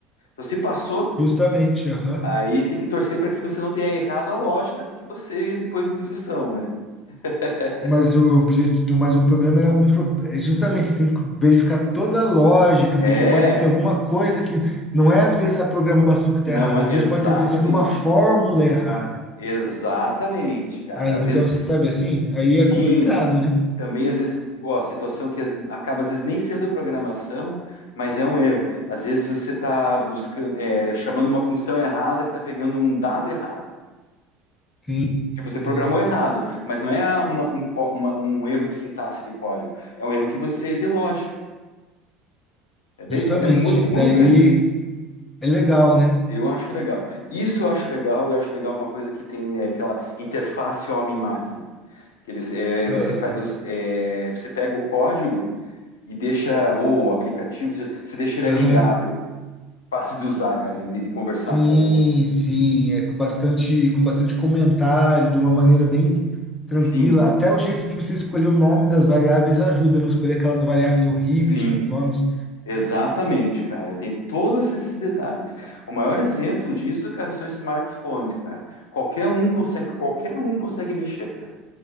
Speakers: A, on the left; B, on the left.
A: Então, se passou,
B: Justamente, aham.
A: aí tem que torcer para que você não tenha errado a lógica do que você pôs em instrução, né? <laughs>
B: Mas o objetivo, mas o problema era algum pro- é justamente você tem que verificar toda a lógica,
A: É,
B: porque pode ter alguma coisa que não é às vezes a programação que está
A: Não
B: errada,
A: é
B: às
A: exatamente,
B: vezes pode ter ter sido uma fórmula errada.
A: exatamente, cara.
B: Ah, então,
A: Às vezes,
B: sabe assim? Aí
A: sim,
B: é complicado, né?
A: também às vezes, ó, situação que acaba às vezes nem sendo programação, mas é um erro. Às vezes você está buscando, é, chamando uma função errada que está pegando um dado errado.
B: Sim,
A: Tipo, você
B: sim,
A: programou errado, mas não é uma- um, có- uma- um erro de sintaxe de código, é um erro que você de lógica. É bem,
B: justamente.
A: é, mu- é
B: Daí
A: muito legal.
B: é legal,
A: isso.
B: né?
A: Eu acho legal. Isso eu acho legal. Eu acho legal uma coisa que tem é, aquela interface homem-máquina. Que eles, é,
B: Ah,
A: você faz os, é, você pega o código e deixa, ou o aplicativo, você, você deixa ele
B: Aham.
A: amigável, fácil de usar, cara, de, de conversar
B: Sim,
A: com o.
B: sim. É com bastante, com bastante comentário, de uma maneira bem tranquila.
A: Sim,
B: Até o jeito de você escolher o nome das variáveis ajuda a não escolher aquelas variáveis horríveis
A: sim,
B: com os nomes.
A: exatamente, cara. Tem todos esses detalhes. O maior exemplo disso, cara, são os smartphones, cara. Qualquer um consegue, qualquer um consegue mexer, cara.